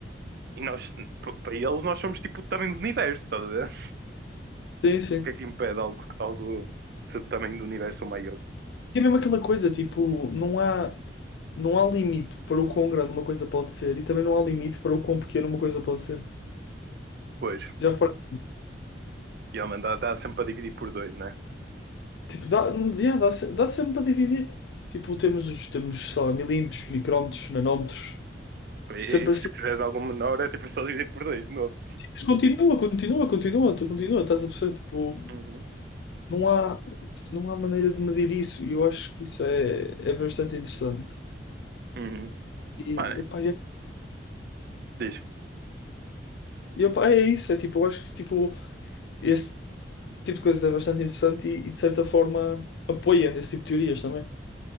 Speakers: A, on the right; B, on the left.
A: e nós, p- para eles, nós somos, tipo, também do universo, estás a ver? O
B: Sim, sim.
A: que é que impede algo, algo de ser do tamanho do universo ou maior?
B: E é mesmo aquela coisa, tipo, não há, não há limite para o quão grande uma coisa pode ser e também não há limite para o quão pequena uma coisa pode ser.
A: Pois,
B: Já reparaste? nisso?
A: realmente dá, dá sempre para dividir por dois, né?
B: Tipo, dá, yeah, dá, se- dá sempre para dividir. Tipo, temos, os- temos, sei lá, milímetros, micrómetros, nanómetros,
A: E,
B: sempre
A: e
B: assim.
A: se quiseres algum menor, é tipo só dividir por dois de novo.
B: Mas Continua, continua, continua, tu continua, estás a perceber? Tipo,
A: Uhum,
B: não há, tipo, não há maneira de medir isso e eu acho que isso é, é bastante interessante.
A: uhum.
B: E,
A: Mano,
B: epá, é,
A: diz,
B: e, epá, é isso, é tipo, eu acho que tipo, esse tipo de coisas é bastante interessante e, e, de certa forma apoia esse tipo de teorias também.